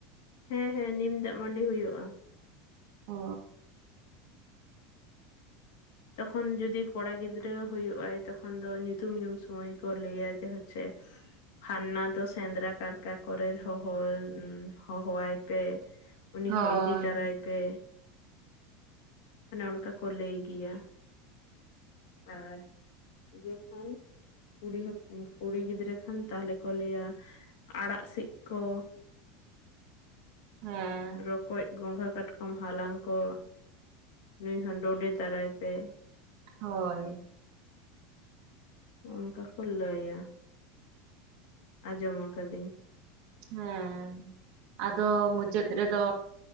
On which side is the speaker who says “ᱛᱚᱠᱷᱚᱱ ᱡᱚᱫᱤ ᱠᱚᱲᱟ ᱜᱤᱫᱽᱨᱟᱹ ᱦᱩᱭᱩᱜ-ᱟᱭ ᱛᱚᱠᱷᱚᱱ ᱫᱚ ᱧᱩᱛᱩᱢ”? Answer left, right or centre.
Left